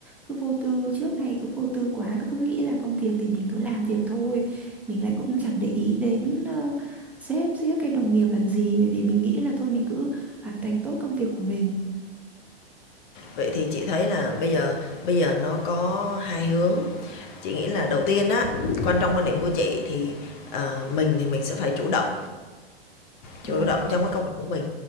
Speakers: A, in the centre; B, on the left.
A: cứ vô tư trước này cứ vô tư quá cứ nghĩ là công việc thì mình cứ làm việc thôi. Mình lại cũng chẳng để ý đến ờ, sếp giết cái đồng nghiệp làm gì bởi vì mình nghĩ là thôi mình cứ hoàn thành tốt công việc của mình.
B: Vậy thì chị thấy là bây giờ bây giờ nó có hai hướng, chị nghĩ là đầu tiên á, quan trong quan điểm của chị thì, ờ, mình thì mình sẽ phải chủ động Chủ
A: Vâng.
B: động trong cái công việc của mình.